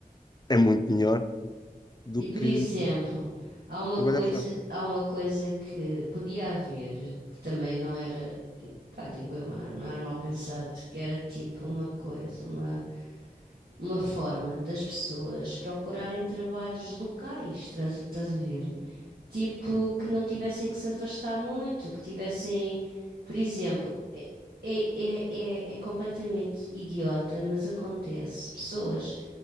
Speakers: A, on the left; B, on the right.
A: é muito melhor do
B: E
A: que
B: por exemplo, há uma
A: trabalhar
B: coisa,
A: fora.
B: há uma coisa que podia haver, que também não era, pá, digo eu, não era mal pensado, que era tipo uma coisa, uma uma forma das pessoas procurarem trabalhos locais, traz- estás a ver? Tipo, que não tivessem que se afastar muito, que tivessem, por exemplo, é, é, é, é é completamente idiota, mas acontece. Pessoas,